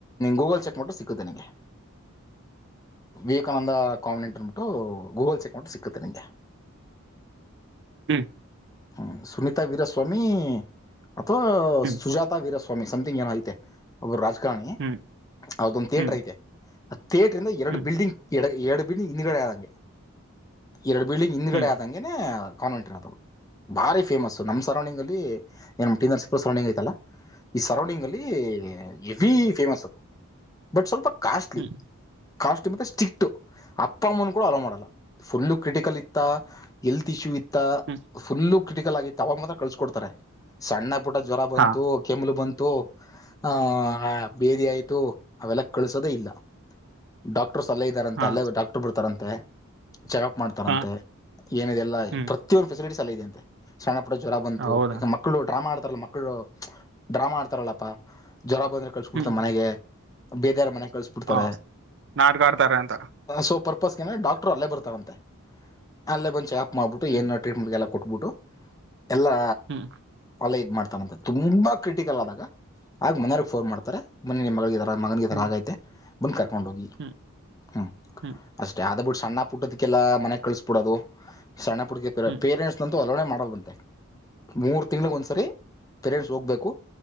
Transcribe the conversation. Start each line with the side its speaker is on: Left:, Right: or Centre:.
Left: ಗೂಗಲ್ ಚೆಕ್ ಮಾಡಟ್ಟು ಸಿಕ್ಕುತ್ತೆ ನಗೆ.. ವಿವೇಕಾನಂದ ಕಾವಿನೆಂಟ್ ಅನ್ಬಿಟ್ಟು ಗೂಗಲ್ಸ್ಕ್ಕಿಟ್ಟು ಸಿಕ್ಕುತ್ತೆ ನಿಂಗೆ..
Right: <unintelligible> ಹ್ಮ್
Left: ಹ್ಮ ಸುನೀತಾ ವೀರಸ್ವಾಮಿ ಅಥವಾ
Right: ಹ್ಮ್
Left: ಸುಜಾತಾ ವೀರಸ್ವಾಮಿ.. ಸ್ವಾಮಿ ಸಮಥಿಂಗ್ ಏನ ಐತೆ ಒಬ್ಬರು ರಾಜಕಾರಣಿ
Right: ಹ್ಮ್
Left: ಅವದೊಂದು ಥಿಯೇಟರ್
Right: ಹ್ಮ್
Left: ಐತೆ.. ಸ್ಟೇಟ್ ಇಂದ ಎರಡು
Right: ಹ್ಮ್
Left: ಬಿಲ್ಡಿಂಗ್ ಎ ಎರಡು ಬಿಲ್ಡಿಂಗ್ ಹಿಂದಗಡೆ ಆದಂಗೆ.. ಎರಡು ಬಿಲ್ಡಿಂಗ್ ಹಿಂದ್ಗಡೆ
Right: ಹ್ಮ್
Left: ಆದಂಗೆನೆ ಕಾವೆಂಟ್ದು ಭಾರಿ ಫೇಮಸ್ ನಮ್ಮ ಸರೌಂಡಿಂಗ್ ಅಲ್ಲಿ ಏಟ ಸೂಪರ್ ಸರೌಂಡಂಗ್ ಐತಲ್ಲ ಈ ಸರೌಂಡಂಗ್ ಅಲ್ಲಿ.. ವಿ ಹೆವಿ ಅ ಬ ಸ್ವಲ್ಪ ಕಸ್ಲಿ
Right: ಹ್ಮ್ ಹ್ಮ್
Left: <unintelligible> ಕಾಸ್ಟಿೆ ಸ್ಟಿಕ್ ಅಪ್ಪ ಅಮ್ಮನ ಕೂಡ ಅಲ ಮಾಡೋಲ್ಲ ಫುಲ್ಲು ಕ್ರಿಟಿಕಲ್ ಇತ್ತ ಎಲ್ತ್ ಇಶ್ಯೂ ಇತ್ತ..
Right: ಹ್ಮ್
Left: ಫುಲ್ಲು ಕ್ರಿಟಿಕಲ್ ಆಗಿ ತಾವಾಗ ಮಾತ್ರ ಕಳಸಕೊಡ್ತಾರೆ ಸಣ್ಣ.. ಪುಟ ಜ್ವರ ಬಂತು
Right: ಹಾ
Left: ಕೆಮಲು ಬಂತು.. ಆ ಬೇದಿ ಆಯ್ತು ಅವೆಲ್ಲ ಕಳಸೋದೇ ಇಲ್ಲ ಡಕ್.. ಟರ್ ಅಲ್ಲೇ ಇದಾರಂತೆ
Right: ಹಾ
Left: ಅಲ್ಲ ಡಕ್ಟರ್ ಬಿರ್ತಾರಂತೆ.. ಚೆಕ್ಪ್ ಮಾಡ್ತಾರಂತೆ
Right: ಹಾ
Left: ಏನಿದೆ ಎಲ್ಲ
Right: ಹ್ಮ್
Left: ಪ್ರತಿಯೊಂದು ಫೆಸಿಲಿಟೀಸ್ ಎಲ್ಲ ಇದೆಯಂತೆ ಸಣ.. ಜ್ವರ ಬಂತು
Right: ಹೌದಾ
Left: ಯಾಕ ಮಕ್ಕಳು ಡ್ರಾಮಾ ಆಡ್ತಾರಲ್ಲ ಮಕ್ಕಳು ಡ್ರಾಮಾ ಆಡ್ತಾರಲ್ಲಪ್ಪಾ.. ಜವಾಬ ಅಂದ್ರೆ ಕಳ್ಸಕ ಕೊಡ್ತ
Right: ಹ್ಮ್
Left: ಮನೆಗೆ ಬೇದ ಮನೆ.. ಕಳ್ಸಬಿಡ್ತಾರೆ
Right: ಹ ನಾಟಕ ಆಡ್ತಾರೆ ಅಂತ
Left: ಸೋಪರ್.. ತಪ್ಪಸ್ಗೆೇ ಡಾಕ್ಟ್ರು ಅಲ್ಲೇ ಬರ್ತಾರಂತೆ ಅಲ್ಲೇ ಬಂದು ಚೆಕಪ್ ಮಾಡಿಬಿಟ್ಟು
Right: ಹ್ಮ್
Left: ಏನು ಟ್ರೀಟ್ಮೆಂಟ್ಗೆಲ್ಲ ಕೊಟ್ಬಿಟ್ಟು.. ಎಲ್ಲಾ..
Right: ಹ್ಮ್
Left: ಅಲ್ಲೇ ಇದ ಮಾಡ್ತಾನಂತೆ ತುಂಬಾ ಕ್ರಿಟಿಕಲ್ ಆದಾಗ ಆಗ ಮನೆಯವಿಗೆ ಫೋನ್ ಮಾಡ್ತಾರೆ ಮನ ನಿ ಮಗಳ.. ಮಗನಿಗೆದ
Right: ಹ್ಮ್
Left: ಆಗೈತೆ ಮುಂದ್ ಕರ್ಕೊಂಡು ಹೋಗಿ
Right: ಹ್ಮ್
Left: ಹ್ಮ
Right: ಹ್ಮ್
Left: ಅಷ್ಟೇ ಆದ ಬಿುಡ್ಸ.. ಸಣ್ಣ ಪುಟ್ಟದಕ್ಕೆಲ್ಲ ಮನೆಗ್ ಕಳಿಸ್ಬಿಡೋದು ಸಣ್ಣ ಪುಟ್ಟಕ್ಕೆ
Right: ಹ್ಮ್
Left: ಪೇರೆಂಟ್ಸ್ ಅಂತೂ ಹಲವಡೆೆ ಮಾಡದ ಬಂತೆ.. ಮೂರ್ ತಿಂಗಳಗ್ ಒಂದ್ಸರಿ ಪೇರೆಂಟ್ಸ್ ಹೋಗ್ಬೇಕು..